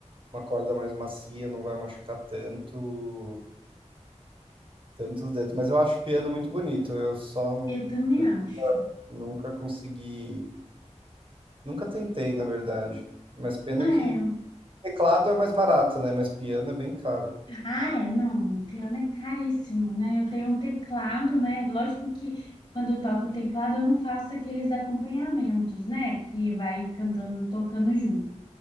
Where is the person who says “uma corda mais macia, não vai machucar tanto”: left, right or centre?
Right